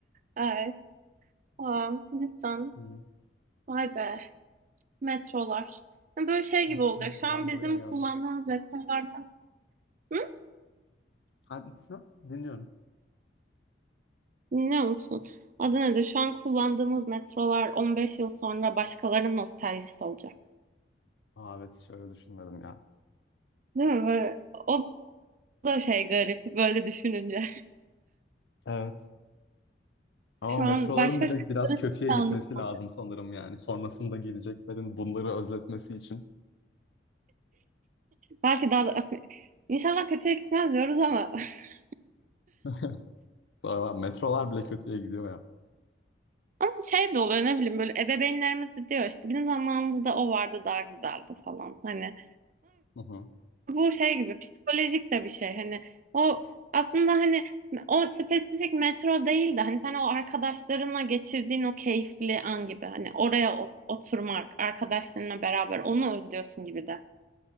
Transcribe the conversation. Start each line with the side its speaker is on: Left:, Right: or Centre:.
Right: Evet. Tamam. Lütfen.
Left: Hı.
Right: Vay be. Metrolar. Böyle şey
Left: Evet,
Right: gibi olacak.
Left: Metrodan
Right: Şu an bizim
Left: buraya geldim.
Right: kullandığımız metrolardan. Hı?
Left: Ha, ne? dinliyorum.
Right: Biliyor musun? Adana'da şu an kullandığımız metrolar 15 yıl sonra başkalarının nostaljisi olacak.
Left: Aa, evet şöyle düşünmedim ya.
Right: Değil mi? Böyle, o da şey garip böyle düşününce.
Left: Evet.
Right: <laughs>
Left: Ama
Right: Şu
Left: metroların
Right: an başka
Left: bile
Right: şey de
Left: biraz kötüye
Right: anlatamam.
Left: gitmesi lazım sanırım yani. Sonrasında geleceklerin bunları özletmesi için.
Right: Belki daha da <laughs> İnşallah kötüye gitmez diyoruz ama <laughs>
Left: <laughs> Sonra metrolar bile kötüye gidiyor ya.
Right: ama şey de oluyor ne bileyim böyle ebeveynlerimiz de diyor işte bizim zamanımızda o vardı daha güzeldi falan hani
Left: Hı hı.
Right: bu şey gibi psikolojik de bir şey hani o aslında hani o spesifik metro değil de hani sen o arkadaşlarınla geçirdiğin o keyifli an gibi hani oraya o- oturmak arkadaşlarınla beraber onu özlüyorsun gibi de